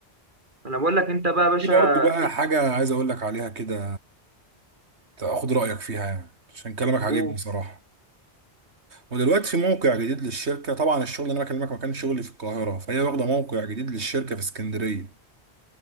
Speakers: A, on the right (about 45°); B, on the right (about 80°).
A: انا بقول لك انت بقى يا باشا
B: في برضه بقى
A: انت
B: حاجة عايز اقول لك عليها كده تاخد رأيك فيها يعني عشان كلامك عاجبني
A: حقوق
B: صراحة ودلوقتي في موقع جديد للشركة طبعا الشغل اللي انا بكلمك ما كانش شغلي في القاهرة فهي واخدة موقع جديد للشركة في اسكندرية